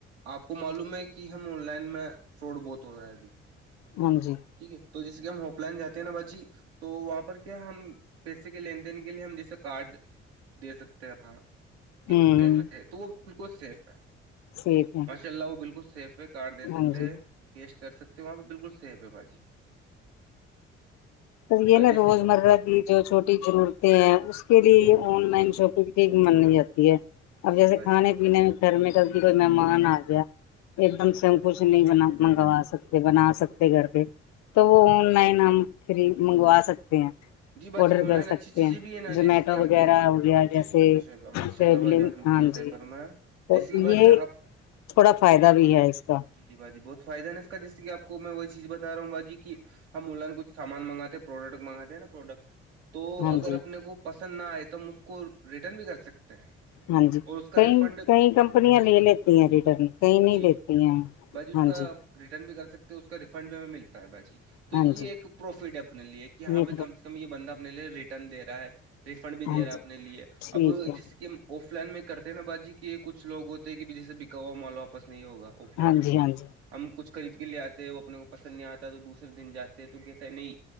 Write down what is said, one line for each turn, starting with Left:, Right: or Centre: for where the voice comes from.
Right: آپ کو معلوم ہے کہ ہم آن لائن میں فراڈ بہت ہو رہا ہے ابھی
Left: ہاں جی
Right: ٹھیک ہے تو جس کے ہم ہوپ لائن جے ہیں نا با جی تو وہاں پر کیا ہم پیسے کے لین دین کے لیے ہم جیسے کارڈ دے سکتے ہیںاں کہ
Left: ہوں
Right: لے سکے تو وہ بالکل سیف ہے
Left: ٹھیک ہے
Right: ان شاء اللہ وہ بالکل سیف ہے کار دے سکتے
Left: ہاں جی
Right: ہیں کیش کر سکتے ہیں وہاں پہ بالکل سیف باجی
Left: تو یہ
Right: اور
Left: نا
Right: جیسے
Left: روز مرہ کی جو چھوٹی ضرورتیں ہیں اس کے لیے آن لائن شاپنگ یک مانی جاتی ہے اب
Right: جی
Left: جیسے
Right: جی باجی
Left: کھانے پینے میں گھر میں کب بھی کوئی مہمان آ گیا ایک دم سے ہم کچھ نہیں بنا منگوا سکتے بنا سکتے گھر پہ تو وہ
Right: جی
Left: آن لائن ہم فری منگوا سکتے ہیں
Right: جی باجی
Left: آڈر
Right: آن
Left: کر
Right: لائن اچھی
Left: سکتے
Right: چیزیں
Left: ہیں
Right: بھی ہے نا
Left: زومیٹو
Right: جیسے کہ آپ
Left: وغیرہ
Right: کو
Left: ہو گیا
Right: جی
Left: جیسے
Right: جی ماشاء اللہ ماشاء اللہ باجی
Left: لگ
Right: آپ نے بالکل
Left: ہاں
Right: صحیح
Left: ج جی
Right: فرمایا
Left: تو
Right: جیسے کہ باجی
Left: یہ
Right: آپ
Left: تھوڑا فائدہ بھی ہے اس کا
Right: جی جی باجی بہت فائدہ ن اس کا جسے آپ کو میں وہی چیز بتا رہا ہوں باجی ہم آن لائن کچ سامان منگاتے پروڈکٹ منگاتے ہیں نا پروڈکٹ تو
Left: ہاں
Right: اگر
Left: جی
Right: اپنے کو پسند نہ آئے تو ہم اس کو ریٹرن بھی کر سکتے ہیں
Left: ہاں جی
Right: اور اس کا
Left: کئی
Right: ریفنڈ
Left: کئی کمپنیاں لے لیتی ہیں ریٹرن کئی نہیں
Right: جی
Left: لیتی ہیں
Right: باجی
Left: ہاں
Right: اس کا
Left: جی
Right: ریٹرن بھی کر سکتے ہو اس کا ریفنڈ بھی ہمیں ملتا ہے بھجی تو
Left: ہاں
Right: یہ
Left: جی
Right: ایک پروفٹ ہے اپنے لیے کہ یہاں
Left: یہ
Right: بھی کم سے کم بندہ اپنے لیے ریٹرن دے رہا ہے ریفنڈ بھی دے
Left: ہاں
Right: رہا ہے
Left: جی
Right: اپنے لیے
Left: ٹھیک
Right: اب
Left: ہے
Right: جس کہ آف لائن میں کرتے نا باجی کہ یہ کچھ لوگ ہوتے ہیں کہ بھ جیسے بکا ہوا مال واپس نہیں ہوگا آف لائن
Left: ہاں
Right: میں
Left: جی ہاں جی
Right: ہم کچھ خرید کے لے آتے ہیں وہ اپنے کو پسند نہیں آتا تو دوسرے دن جاتے ہیں تو کہتا ہے نہیں